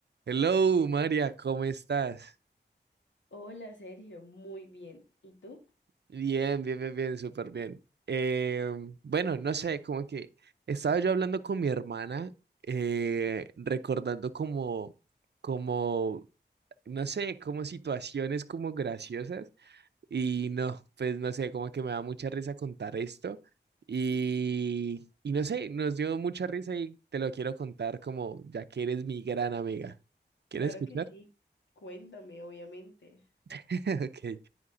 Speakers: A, on the right (about 65°); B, on the left (about 85°).
A: Hello, María, ¿cómo estás?
B: Hola Sergio, muy bien. ¿Y tú?
A: Bien, bien, bien, bien, súper bien. Eh, bueno, no sé, como que estaba yo hablando con mi hermana, eh, recordando como, como, no sé, como situaciones como graciosas y no, pues no sé, como que me da mucha risa contar esto y, y no sé, nos dio mucha risa y te lo quiero contar como ya que eres mi gran amiga. ¿Quieres
B: Claro
A: escuchar?
B: que sí, cuéntame, obviamente.
A: <laughs> Ok.